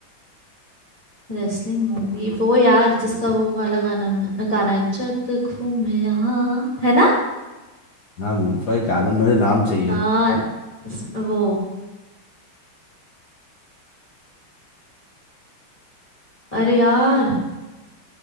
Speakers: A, on the left (about 15°); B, on the left (about 55°).
A: रेसलिंग मूवी वो यार जिसका वो वाला गाना में- गाना है जग घूमे हाँ, है ना
B: हाँ मुंह पर गाना मुझे नाम चाहिए
A: आ, इस- वो अरे यार